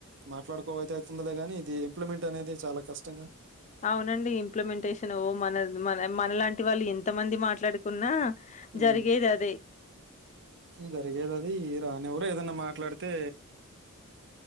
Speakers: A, on the right; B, on the left.
A: మాట్లాడుకో అయితే అయితుందిలే గాని ఇది ఇంప్లిమెంట్ అనేది చాలా కష్టంగా
B: అవునండి ఇంప్లిమెంటేషన్ ఓ మన మన మన లాంటి వాళ్ళు ఎన్ కొంత మంది మాట్లాడుకున్నా
A: ఉ
B: జరిగేదదే.
A: జరిగేది అది ఈ రానివర ఏదన్నా మాట్లాడితే